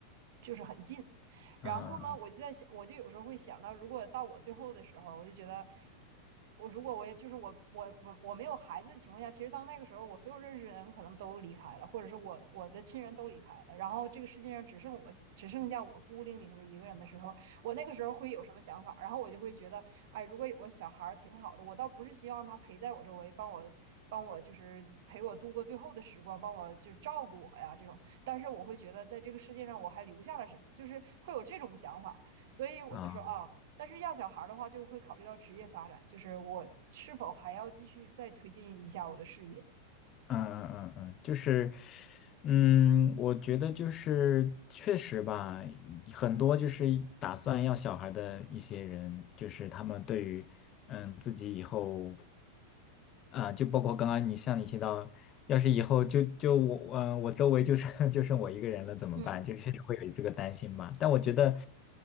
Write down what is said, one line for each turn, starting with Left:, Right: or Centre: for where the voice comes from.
Right: 就是很近。
Left: 嗯啊。
Right: 然后呢，我就在想，我就有时候会想到，如果到我最后的时候，我就觉得，我如果我也就是我我我我没有孩子的情况下，其实到那个时候，我所有认识的人可能都离开了，或者是我我的亲人都离开了，然后这个世界上只剩我只剩下我孤零零的一个人的时候，我那个时候会有什么想法？然后我就会觉得，哎，如果有个小孩儿挺好的，我倒不是希望他陪在我周围，帮我帮我就是陪我度过最后的时光，帮我就是照顾我呀这种。但是我会觉得在这个世界上我还留下了什么，就是会有这种想法，所以我就说啊，
Left: 啊
Right: 但是要小孩的话就会考虑到职业发展，就是我是否还要继续再推进一下我的事业，
Left: 嗯嗯嗯，嗯，就是，嗯，我觉得就是确实吧，很多就是打算要小孩的一些人，就是他们对于，嗯，自己以后，啊、就包括刚刚你像你提到，要是以后就就我，嗯、我周围就剩 <laughs> 就剩我一个人了怎么办？
Right: 嗯，
Left: 就是会有这个担心吧。但我觉得。